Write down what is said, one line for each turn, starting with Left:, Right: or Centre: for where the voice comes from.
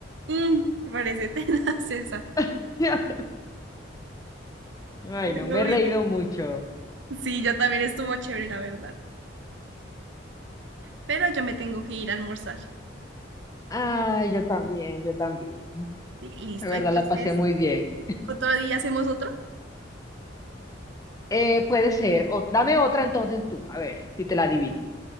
Right: Mm, me parece tenaz esa.
Left: <laughs> Ay,
Right: Bueno,
Left: no, me he
Right: Vicky.
Left: reído mucho.
Right: Sí, yo también estuvo chévere, la verdad. Pero yo me tengo que ir a almorzar.
Left: Ay, yo también, yo también.
Right: Sí, listo.
Left: La verdad
Right: Entonces,
Left: la pasé muy bien.
Right: otro día hacemos otro.
Left: Eh, puede ser. ot- Dame otra entonces tú, a ver si te la adivino.